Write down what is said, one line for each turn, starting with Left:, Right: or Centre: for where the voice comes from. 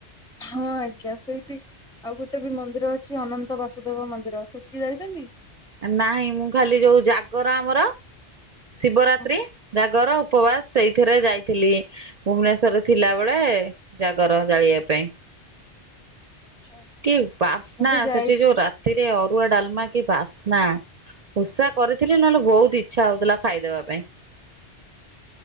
Centre: ହଁ ଆଜ୍ଞା ସେଇଠି ଆଉ ଗୋଟେ ବି ମନ୍ଦିର ଅଛି ଅନନ୍ତ ବାସୁଦେବ ମନ୍ଦିର ସେଠିକି ଯାଇଛନ୍ତି।
Right: ନାହିଁ ମୁଁ ଖାଲି ଯୋଉ ଜାଗର ଆମର ଶିବରାତ୍ରି
Centre: ହଁ
Right: ଜାଗର। ଉପବାସ ସେଇଥିରେ ଯାଇଥିଲି ଭୁବନେଶ୍ଵରରେ ଥିଲାବେଳେ ଜାଗର ଜାଳିବା ପାଇଁ।
Centre: ଆଚ୍ଛା ଆଚ୍ଛା
Right: କି ବାସ୍ନା
Centre: ମୁଁ ବି ଯାଇଛି
Right: ସେଠି ଯୋଉ ରା ରାତିରେ ଅରୁଆ ଡାଲମା କି ବାସ୍ନା ଉଷା କରିଥିଲି ନହେଲେ ବହୁତ ଇ ଇଚ୍ଛା ହଉଥିଲା ଖାଇଦବା ପାଇଁ।